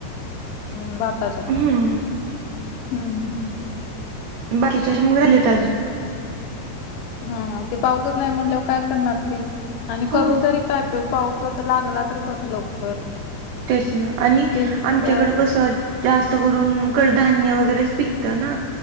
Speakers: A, on the left; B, on the right.
A: हम्म भाताच्या
B: हम्म
A: हम्म ह.
B: बाकीच्यांचे मग राहिलेत अजून
A: हा हा ते पाऊसच नाही म्हटल्यावर काय करणार ती आणि
B: हो
A: करून तरी काय पेऊ पाऊ. तो तर लागला तर बरं लवकर.
B: तेच ना आणि
A: ते
B: आमच्याकडं
A: अ,
B: कसं. जास्त करून कडधान्य वगैरेच पिकत ना